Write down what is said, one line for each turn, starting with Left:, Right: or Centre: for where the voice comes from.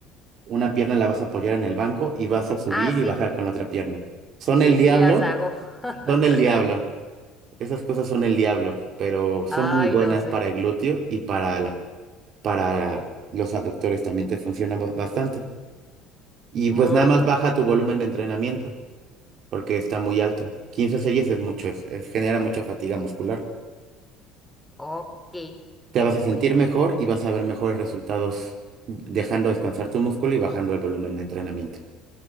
Right: una pierna la vas a apoyar en el banco y vas a subir
Centre: Ah, sí.
Right: y bajar con la otra pierna. Son
Centre: Sí,
Right: el
Centre: sí
Right: diablo,
Centre: las hago. <laughs>
Right: son el diablo. Esas cosas son el diablo, pero son
Centre: Ay,
Right: muy buenas
Centre: lo sé.
Right: para el glúteo y para, la- para los aductores también te funcionan ba- bastante. Y
Centre: Muy
Right: pues nada más
Centre: bien.
Right: baja tu volumen de entrenamiento, porque está muy alto. 15 series es mucho, es- es- genera mucha fatiga muscular.
Centre: Ok,
Right: Te vas a sentir
Centre: bueno,
Right: mejor y vas a ver mejores resultados dejando descansar tu músculo y bajando el volumen de entrenamiento.